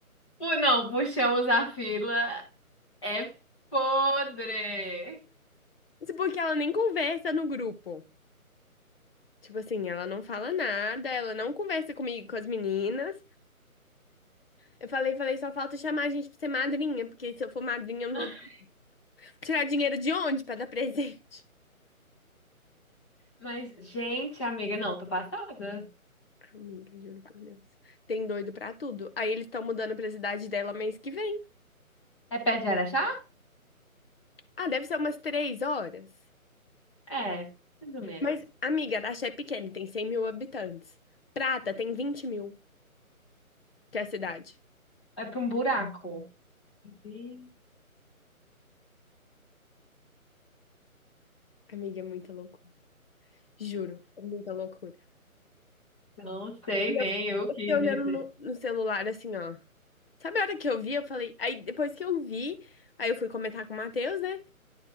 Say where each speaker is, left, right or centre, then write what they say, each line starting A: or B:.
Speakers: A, on the left; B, on the left.
A: Pô, não, puxamos a fila. É podre.
B: Isso porque ela nem conversa no grupo. Tipo assim, ela não fala nada, ela não conversa comigo, com as meninas. Eu falei, falei, só falta chamar a gente pra ser madrinha, porque se eu for madrinha, eu não
A: <laughs>
B: vou tirar dinheiro de onde pra dar presente?
A: Mas, gente, amiga, não, tô passada.
B: <laughs> Amiga, juro por Deus. Tem doido pra tudo. Aí eles estão mudando pra cidade dela mês que vem.
A: É perto de Araxá?
B: Ah, deve ser umas três horas.
A: É, mais ou menos.
B: Mas, amiga, a Axé é pequena, tem 100 mil habitantes. Prata tem 20 mil. Que é a cidade.
A: É pra um buraco. Gente,
B: Amiga, é muita loucura. Juro, é muita loucura.
A: Não sei
B: E
A: nem
B: eu
A: o que
B: fiquei olhando
A: dizer.
B: no, no celular, assim, ó. Sabe a hora que eu vi, eu falei. Aí depois que eu vi, aí eu fui comentar com o Matheus, né?